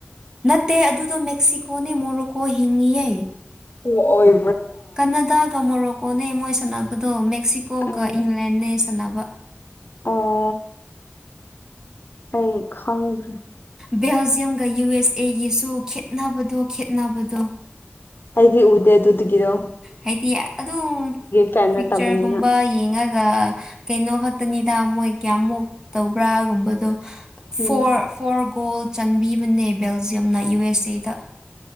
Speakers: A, on the right (about 15°); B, on the left (about 55°).
A: ꯅꯠꯇꯦ ꯑꯗꯨꯗꯣ ꯃꯦꯛꯁꯤꯀꯣꯅꯦ ꯃꯣꯔꯣꯀꯣ ꯍꯤꯡꯉꯤꯌꯦ
B: ꯑꯣ ꯑꯣꯏ
A: ꯀꯅꯥꯗꯥꯒ ꯃꯣꯔꯣꯀꯣꯅꯦ ꯃꯣꯏ ꯁꯥꯟꯅꯕꯗꯣ ꯃꯦꯛꯁꯤꯀꯣꯒ
B: ꯎꯝ
A: ꯏꯪꯂꯦꯟꯅꯦ ꯁꯥꯟꯅꯕ
B: ꯑꯣ ꯑꯩ ꯈꯪꯗ꯭ꯔꯦ
A: ꯕꯦꯜꯖꯤꯌꯝꯒ ꯌꯨ ꯑꯦꯁ ꯑꯦꯒꯤꯁꯨ ꯈꯦꯠꯅꯕꯗꯣ ꯈꯦꯠꯅꯕꯗꯣ
B: ꯑꯩꯗꯤ ꯎꯗꯦ ꯑꯗꯨꯒꯤꯗꯣ
A: ꯍꯥꯏꯗꯤ ꯑꯗꯨꯝ
B: ꯐꯦꯟ
A: ꯐꯤꯛꯆꯔꯒꯨꯝꯕ
B: ꯅꯠꯇꯕꯅꯤꯅ
A: ꯌꯦꯡꯉꯒ ꯀꯩꯅꯣ ꯈꯛꯇꯅꯤꯗ ꯃꯣꯏ ꯀꯌꯥꯃꯨꯛ ꯇꯧꯕ꯭ꯔꯥꯒꯨꯝꯕꯗꯣ
B: ꯎꯝ
A: ꯐꯣꯔ ꯐꯣꯔ ꯒꯣꯜ ꯆꯟꯕꯤꯕꯅꯦ ꯕꯦꯜꯖꯤꯌꯝꯅ ꯌꯨ ꯑꯦꯁ ꯑꯦꯗ